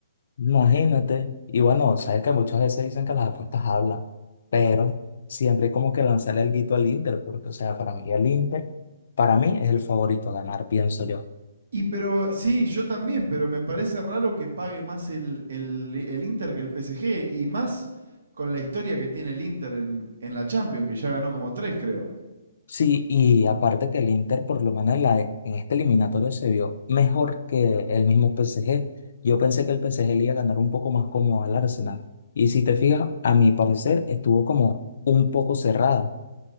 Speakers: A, on the left; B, on the right.
A: Imagínate. Y bueno, sabes que muchas veces dicen que las apuestas hablan, pero siempre hay como que lanzarle el guito al Inter, porque, o sea, para mí el Inter, para mí es el favorito a ganar, pienso yo.
B: Y pero, sí, yo también, pero me parece raro que pague más el, el, el Inter que el PSG, y más con la historia que tiene el Inter en, en la Champions, que ya ganó como tres, creo.
A: Sí, y aparte que el Inter, por lo menos en, la, en este eliminatorio, se vio mejor que el mismo PSG. Yo pensé que el PSG le iba a ganar un poco más como al Arsenal. Y si te fijas, a mi parecer, estuvo como un poco cerrada.